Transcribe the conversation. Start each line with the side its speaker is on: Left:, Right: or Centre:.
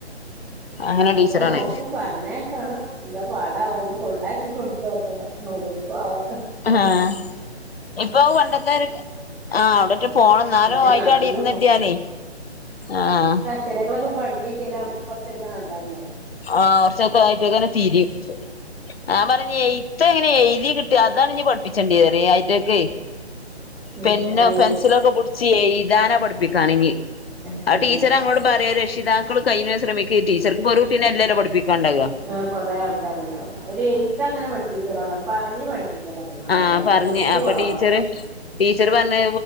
Left: അങ്ങനെ
Centre: ഇല്യ
Left: ടീച്ചറാണ്
Centre: മോക്കും പറഞ്ഞേയ്ക്കണം എന്താ പാടാവോ ഒന്ന് കൊണ്ടാക്കി കൊടുത്തോക്കണം നൊലോലൊക്കാവോ
Left: ആഹ് ഇപ്പൊ പണ്ടത്തെ ആ അവിടെറ്റം പോണംന്നാലും
Centre: കൊറേ
Left: അയിന്റടി
Centre: നടന്ന്
Left: ഇരുന്നിട്ട്യാലെ
Centre: പോ
Left: ആഹ്
Centre: ചിലകളൊക്കെ പടിഞ്ഞിട്ട്യാലം കൊറച്ചൊക്കെ നല്ലലെ
Left: ആഹ് കൊറച്ചൊക്കെ ആയിട്ടങ്ങനെ തിരിയും ആഹ് ഞാൻ പറഞ് എയ്ത്തഇങ്ങനെ എയ്തി കിട്ടി അതാണ് ഇനി പഠിപ്പിച്ചണ്ടെ ആയിറ്റാക്കെ
Centre: പിന്നെ
Left: പെന്നോ പെൻസിലൊക്കെ പുടിച്ച് എഴുതാനപഠിപ്പിക്കാണെങ്കിൽ
Centre: ആഹ് ആഹ്
Left: അത് ടി ച്ചർ ഞങ്ങളോട് പറയാ രക്ഷിതാക്കൾ കയിണതും ശ്രമിക്ക് ടീച്ചർക്ക് ഇപ്പൊ ഒരു കുട്ടിനെല്ലലൊ പഠിപ്പിക്കാണ്ടാവാ.
Centre: ആഹ് കൊറെ ആൾക്കാരുണ്ടാവല്ല അവര് എഴ്ത്തങ്ങനെ പഠിപ്പിക്കൂല പറഞ്ഞ് പഠിപ്പി കലാണ് അഗലവാഡിൽ
Left: ആഹ് പറഞ്ഞ്
Centre: എയ്ത്
Left: അപ്പൊ
Centre: കൊറവാ
Left: ടീച്ചറ് ടീച്ചർ പറഞ്ഞ്